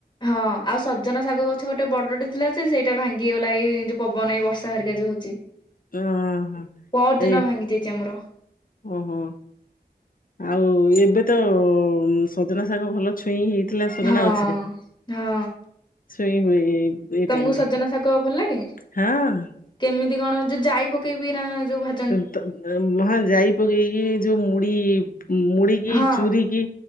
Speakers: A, on the left; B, on the left.
A: ହଁ ଆଉ ସଜନା ଶାଗ ଗଛ ଗୋଟେ ବଡଟେ ଥିଲା ଯେ ସେଇଟା ଭାଙ୍ଗିଗଲା ଏଇ ଯୋଉ ପବନ ଏଇ ବର୍ଷା ହେରିକା ଯୋଉ ଯେ
B: ଓହୋ
A: ପହଦିନ
B: ଏ
A: ଭାଙ୍ଗି ଯାଇଚି ଆମର।
B: ଓହୋ ଆଉ ଏବେ ତ ସଜନା ଶାଗ ଭଲ ଛୁଇଁ ହେଇଥିଲା ସଜନା
A: ହଁ
B: ଗଛରେ
A: ହଁ
B: ଛୁଇଁ ହୁଏ। ଏଇ
A: ତମକୁ
B: ଟାଇମ
A: ସଜନା
B: ରେ
A: ଶାଗ ଭଲ ଲାଗେ?
B: ହଁ
A: କେମିତି କଣ ଯୋଉ ଯାଇ ପକେଇବି ନା ଯୋଉ ଭା
B: କେମି ଆଉ ହଁ ଯାଇ ପକେଇକି ଯୋଉ ମୁଢ଼ି ମୁଢ଼ି କିି
A: ହଁ
B: ଚୁୁରୀ କି